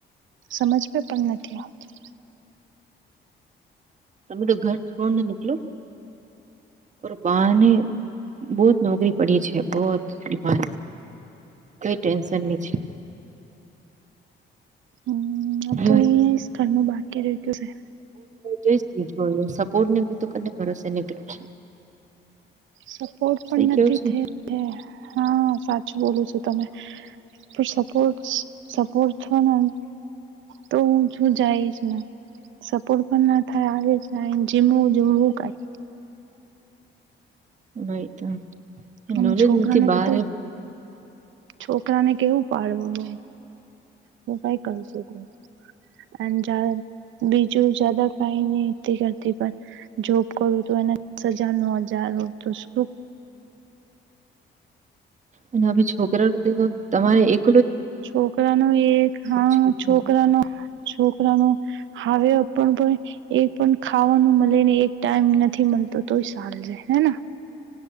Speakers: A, on the right (about 75°); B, on the right (about 40°).
A: સમજમાં પણ નથી આવતું.
B: તમે તો ઘર છોડને નીકલો. ઓર બાહને બહુ નોકરી પડી છે બહ દિમા કોઈ ટેન્શન નહી છે.
A: હમ
B: <inaudible> સપોર્ટ
A: તો અહી ઘરનું બાકી રહી ગયું છે
B: જોનું સપોર્ટ ને તો કને ભરોસે નીકળું છે.
A: સપોર્ટ
B: સઈ
A: પણ
B: કેવું
A: નથી
B: છું
A: થ હા સાચું બોલું છું તમે. પણ સપોર્ટ સપોર્ટ છેને તો હું શું જાઈશને સપોટ પણ ના થાય આ જ જીમવું જમવું કઈ.
B: ભાઈ તો
A: અમે
B: નોલેજ
A: છોકરાને
B: નથી બહાર
A: કતર છોકરાને કેવું પાડવા હોય. હું કઈ કર છુંકું. અને બીજું જદા કઈ નહ કરતી પણ. જોબ કરું તો એને દસ હજાર ન હજાર હો તો શું.
B: અને છોકરા દવા તમારે એક
A: છોકરાનો એક હા,
B: છોકરાને
A: છોકરાનો. છોકરા ન હાવણ પણ એ પણ ખાવાનું મળે ને, એક ટાઈમ નથી મળતો, તો ચાલ જાય હ.